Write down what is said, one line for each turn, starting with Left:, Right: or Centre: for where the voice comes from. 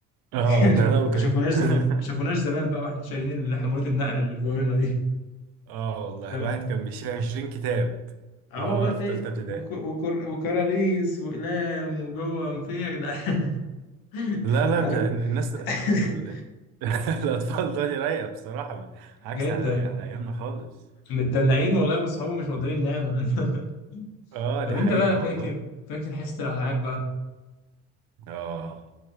Right: اه
Left: <laughs>
Right: ده لو ده
Left: ما شافوناش
Right: <laughs>
Left: زمان ما شافوناش زمان بقى واحنا شايلين حمولة النقل اللي في دورنا
Right: اه والله
Left: دي
Right: الواحد كان بيشيل 20 كتاب
Left: اه
Right: وهو
Left: والله تلاقي
Right: في تالتة ابتدائي
Left: وك- وكر- وكراريس وأقلام وجوه في إيه يا جدعان <laughs>
Right: لا لا
Left: عارف
Right: ده الناس
Left: <laughs>
Right: ال... <laughs> الأطفال دلوقتي رايقة بصراحة عكس
Left: جدا
Right: على على أيامنا خالص
Left: متدلعين والله واصحابه مش مقدرين نعمة <laughs>
Right: اه
Left: طب
Right: دي
Left: انت
Right: حقيقة
Left: بقى
Right: والله
Left: فاكر فاكر حصة الألعاب بقى
Right: اه